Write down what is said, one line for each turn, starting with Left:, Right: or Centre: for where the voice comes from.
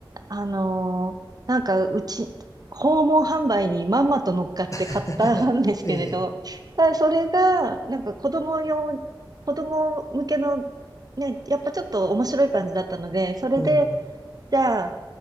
Right: あのーなんか、うち、訪問販売にまんまと乗っかって買ったんですけれど、
Left: <laughs> ええ。
Right: ただそれが、なんか子供用、子供向けの、ね、やっぱちょっと面白い感じだったので、それで、
Left: うん。
Right: じゃあ、